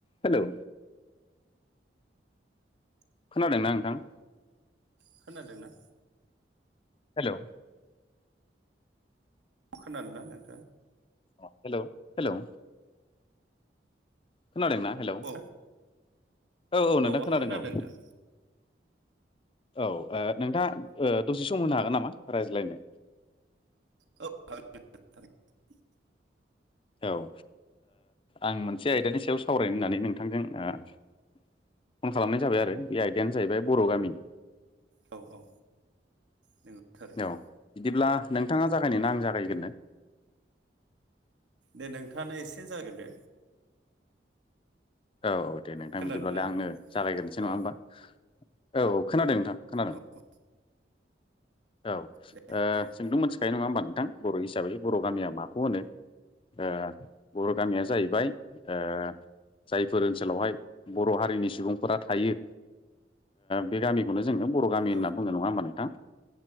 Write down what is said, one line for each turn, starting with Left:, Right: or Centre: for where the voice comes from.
Left: Hello! खोनादोंना नोंथां?
Right: खोनादोंना?
Left: हेलौ!
Right: खोनादोंना नों?
Left: हेलौ-हेलौ! खोनादोंना? हेलौ!
Right: औ
Left: औ-औ नोंथां
Right: औ आंथ'
Left: खोनादों औ।
Right: नोंथां
Left: औ ओ नोंथाङा ओ‌ दसे सम होनो हागोन नामा रायज्लायनो?
Right: औ <unintelligible>
Left: औ ओ आं मोनसे आयदानि सायाव सावरायनो होननानै नोंथांजों ओ। फन खालामनाय जाबाय आरो बे आयदायानो जाहैबाय बर' गामि।
Right: औ-औ नंगौ। थारैनो
Left: औ बिदिब्ला नोंथाङा जागायनोना आं जागायग्रोनो?
Right: दे नोंथाङानो एसे जागायग्रोदो।
Left: औ-औ दे नोंथां
Right: खोनादोंना
Left: बिदिब्लालाय आंनो जागायग्रोसै नङा
Right: औ
Left: होमबा? औ-औ खोनादों नोंथां खोनादों।
Right: औ औ
Left: औ
Right: दे
Left: ओ
Right: जागाय दे
Left: जोंथ' मोनथिखायो नङा होमबा नोंथां बर' हिसाबै बर' गामिया माखौ होनो। ओ बर' गामिया जाहैबाय ओ जायफोर ओनसोलावहाय बर' हारिनि सुबुंफोरा थायो बे ओ गामिखौनो जोंनो बर' गामि होनना
Right: औ
Left: बुंनाय नङा होमबा नोंथां